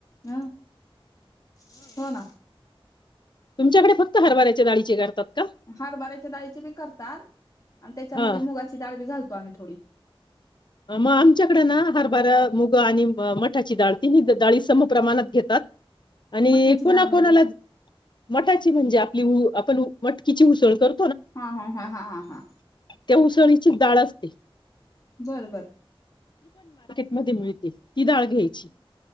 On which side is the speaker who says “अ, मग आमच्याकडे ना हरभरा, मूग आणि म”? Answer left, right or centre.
Left